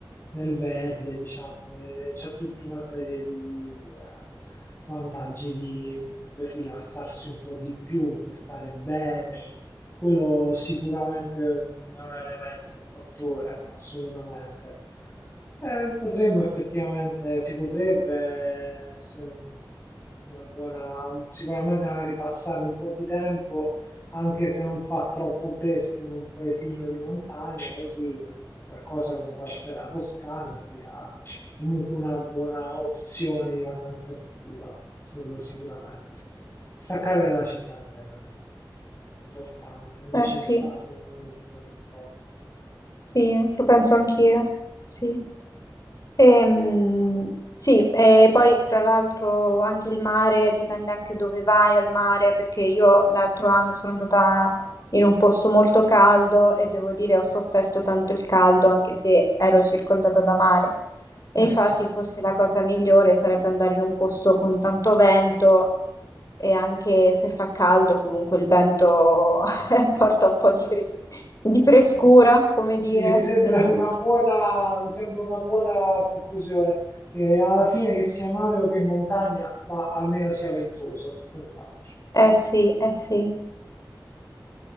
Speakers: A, on the left (about 30°); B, on the left (about 45°).
A: nel verde, diciamo, che c'è tutta una serie di... eh, vantaggi di- per rilassarsi un po' di più, per stare bene. Quello sicuramente è un, è un elemento, un fattore, assolutamente. Eh, potremmo effettivamente, si potrebbe essere un- una buona, un- sicuramente una ripassare un po' di tempo, anche se non fa troppo fresco in un paesino di montagna, così qualcosa come può essere la Toscana sia comunque una buona opzione di vacanza estiva, solo sicuramente. Staccare dalla città è vero, è importante, è necessario
B: Eh sì,
A: no? dopo un po'.
B: sì, lo penso anch'io, sì. Ehm, sì, e poi tra l'altro anche il mare dipende anche dove vai al mare, perché io l'altro anno sono andata in un posto molto caldo e devo dire ho sofferto tanto il caldo anche se ero circondata da mare. E
A: Eh,
B: infatti
A: certo.
B: forse la cosa migliore sarebbe andare in un posto con tanto vento e anche se fa caldo comunque il vento <laughs> porta un po' di fres- di frescura,
A: Mm.
B: come dire.
A: Sì, mi sembra
B: Quindi,
A: una buona, mi sembra una buona conclusione. Eh, alla fine che sia mare o che montagna, ma almeno sia ventoso, senz'altro.
B: eh sì, eh sì.